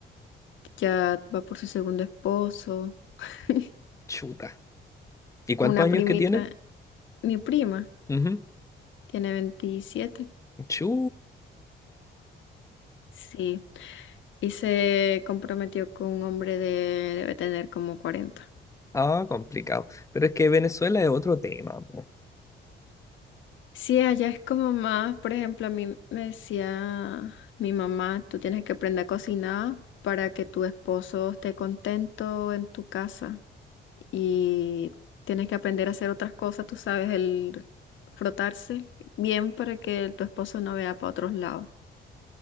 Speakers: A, on the left; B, on the left.
A: ya va por su segundo esposo. <laughs>
B: chuta. ¿Y cuántos
A: Una
B: años
A: primita,
B: que tiene?
A: mi prima,
B: Ujú.
A: tiene veintisiete
B: Chu.
A: Sí. Y se comprometió con un hombre de, debe tener como cuarenta
B: Ah, complicado. Pero es que Venezuela es otro tema, po.
A: Sí, allá es como más, por ejemplo, a mí me decía mi mamá, tú tienes que aprender a cocinar para que tu esposo esté contento en tu casa y tienes que aprender a hacer otras cosas, tú sabes, el frotarse bien para que tu esposo no vea para otros lados